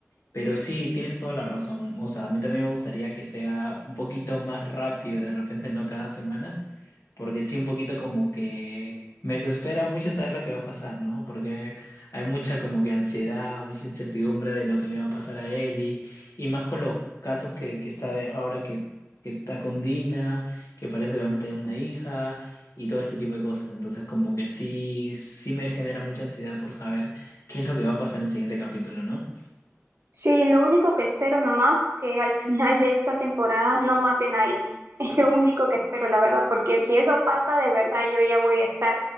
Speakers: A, on the left; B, on the right.
A: Pero sí, tienes toda la razón. O sea, a mí también me gustaría que sea un poquito más rápido, de repente no cada semana, porque sí un poquito como que me desespera mucho saber lo que va a pasar, ¿no? Porque hay mucha como que ansiedad, mucha incertidumbre de lo que le va a pasar a él y, y más con los casos que, que está ahora que, que está con Dina, que parece que van a tener una hija y todo este tipo de cosas. Entonces como que sí, sí me genera mucha ansiedad por saber qué es lo que va a pasar en el siguiente capítulo, ¿no?
B: Sí, lo único que espero nomás que al final de esta temporada no maten a Ellie. <laughs> Es lo único que espero, la verdad, porque si eso pasa, de verdad yo ya voy a estar